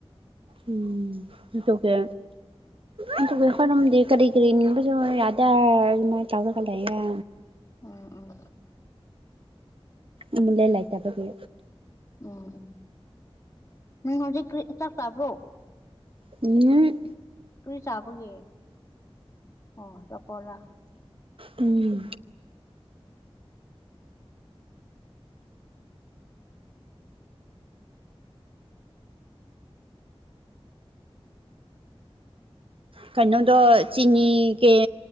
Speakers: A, on the right; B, on the left.
A: ꯎꯝ ꯑꯗꯨꯒꯥ ꯑꯗꯨꯒꯕꯨ ꯈꯣꯏꯔꯝꯗꯤ ꯀꯔꯤ ꯀꯔꯤ ꯅꯤꯡꯕꯁꯨ ꯌꯥꯗ ꯑꯗꯨꯃꯥꯏꯅ ꯇꯧꯔꯒ ꯂꯩꯌꯦ
B: ꯎꯝ ꯎꯝ
A: ꯏꯃꯨꯡꯗ ꯂꯩꯇꯕꯒꯤ
B: ꯎꯝ ꯎꯝ ꯅꯪ ꯍꯧꯖꯤꯛ ꯀ꯭ꯔꯤ ꯆꯥꯛ ꯆꯥꯕ꯭ꯔꯣ
A: ꯎꯨꯝ
B: ꯀ꯭ꯔꯤ ꯆꯥꯕꯒꯤ ꯑꯣ ꯑꯆꯥꯄꯣꯠꯔꯥ
A: ꯎꯝ ꯀꯩꯅꯣ ꯑꯗꯣ ꯆꯤꯅꯤ ꯀꯩ